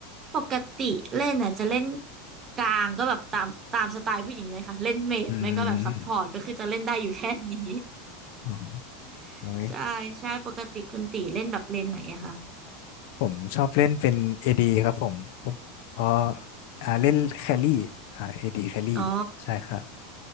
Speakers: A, on the right; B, on the left.
A: ปกติเล่นน่ะจะเล่นกลางก็แบบตามตามสไตล์ผู้หญิงเลยค่ะเล่นเมจไม่ก็แบบซัพพอร์ตก็คือจะเล่นได้อยู่แค่นี้
B: อืมอื
A: <laughs>
B: โอ้ย
A: ใช่ใช่ปกติคุณตีเล่นแบบเลนไหนอะคะ
B: ผมชอบเล่นเป็นเอดีครับผมผมเพราะอ่าเล่นแครี่อ่าเอดีแครี่ใช่ครับ
A: อ๋อ